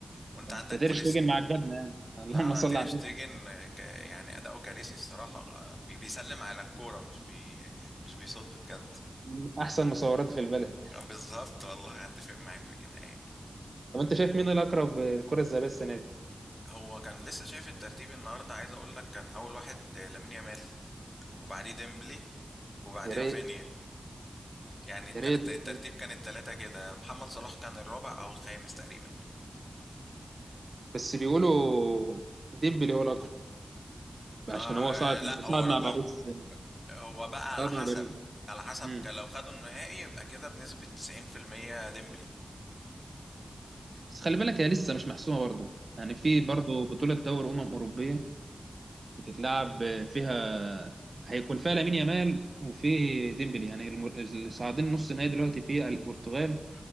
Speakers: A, on the left; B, on the right.
A: وانت عندك
B: تقدر
A: تريس
B: تيجي مع جدنا يعني <laughs>
A: لا
B: اللهم
A: لا
B: صل
A: تير
B: على
A: شتيجن
B: النبي
A: آه، ك... يعني اداؤه كارثي الصراحة آه، بي... بيسلم على الكورة مش بي... مش بيصد بجد
B: من احسن مصورات في البلد
A: آه، بالظبط والله هتفق معاك في كده يعني
B: <laughs> طب انت شايف مين الاقرب الكره الذهبيه السنه دي
A: هو كان لسه شايف الترتيب النهاردة عايز اقول لك كان اول واحد آه، لامين يامال وبعديه ديمبلي وبعديه
B: يا ريت
A: رافينيا يعني التلت...
B: يا ريت
A: الترتيب كان التلاتة كده محمد صلاح كان الرابع او الخامس تقريبا
B: بس بيقولوا ديمبلي هو الأقرب
A: ما
B: عشان هو صعد
A: لا هو
B: صعد
A: رقم
B: مع باريس
A: هو بقى على
B: صعد
A: حسب
B: مع باريس
A: على حسب
B: مم.
A: ك- لو خدوا النهائي يبقى كده بنسبة 90% ديمبلي
B: بس خلي بالك هي لسه مش محسومة برضه يعني في برضه بطولة دوري أمم أوروبية بتتلعب فيها هيكون فيها لامين يامال وفي ديمبلي يعني الم- اللي صاعدين نص نهائي دلوقتي في البرتغال